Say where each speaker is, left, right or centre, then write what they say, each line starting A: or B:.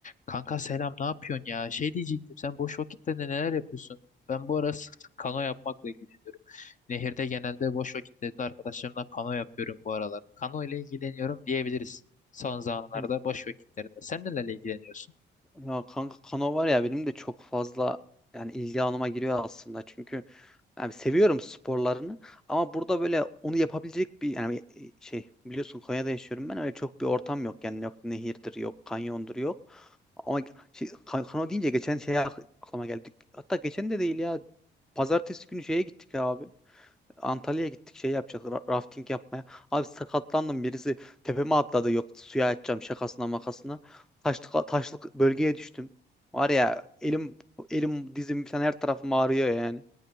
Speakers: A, on the left; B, in the centre.
A: Kanka selam ne yapıyorsun ya? Şey diyecektim sen boş vakitte neler yapıyorsun? Ben bu ara sık sık kano yapmakla ilgileniyorum. Nehirde genelde boş vakitlerinde arkadaşlarımla kano yapıyorum bu aralar. Kano ile ilgileniyorum diyebiliriz son zamanlarda
B: Hı
A: boş vakitlerinde. Sen nelerle ilgileniyorsun?
B: ya kanka Kano var ya benim de çok fazla yani ilgi alanıma giriyor aslında. Çünkü yani seviyorum sporlarını ama burada böyle onu yapabilecek bir yani şey biliyorsun Konya'da yaşıyorum ben öyle çok bir ortam yok. Yani yok nehirdir yok kanyondur yok. Ama şey, kan- Kano deyince geçen şey ak- aklıma geldi. Hatta geçen de değil ya. Pazartesi günü şeye gittik abi. Antalya'ya gittik şey yapacak ra- rafting yapmaya. Abi sakatlandım birisi tepeme atladı yok suya atacağım şakasına makasına. Taşlık, taşlık bölgeye düştüm. Var ya elim elim dizim falan her tarafım ağrıyor yani.